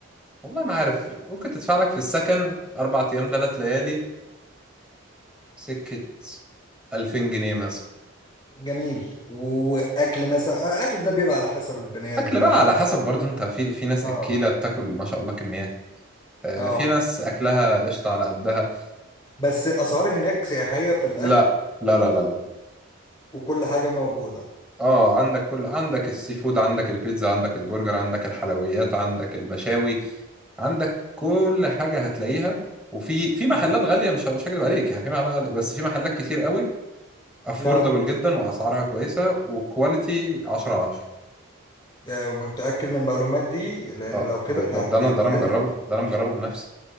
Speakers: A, in the centre; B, on the left.
A: والله ما عارف ممكن تدفع لك في السكن أربع أيام تلات ليالي سكة 2000 جنيه مثلا
B: جميل واكل مثلا الاكل ده بيبقى على حسب البني
A: أكل
B: ادم
A: بقى
B: يعني
A: على
B: هو-
A: حسب برضو أنت في في ناس
B: اه
A: أكيلة بتاكل ما شاء الله كميات آه،
B: اه
A: في ناس اكلها قشطه على قدها
B: بس الاسعار هناك سياحية في الاكل
A: لا لا لا لا لا
B: وكل حاجة موجودة
A: اه عندك كل عندك السي فود عندك البيتزا عندك البرجر عندك الحلويات عندك المشاوي عندك كل حاجه هتلاقيها وفي في محلات
B: مم.
A: غاليه مش مش هكذب عليك يعني في محلات غاليه بس في محلات كتير قوي افوردبل
B: لا
A: جدا واسعارها كويسه وكواليتي 10 على 10
B: يعني متأكد من المعلومات دي لان
A: اه
B: لو كده
A: ده, ده,
B: انا
A: ده
B: هحجز
A: انا ده انا مجربه
B: لنا
A: ده انا مجربه بنفسي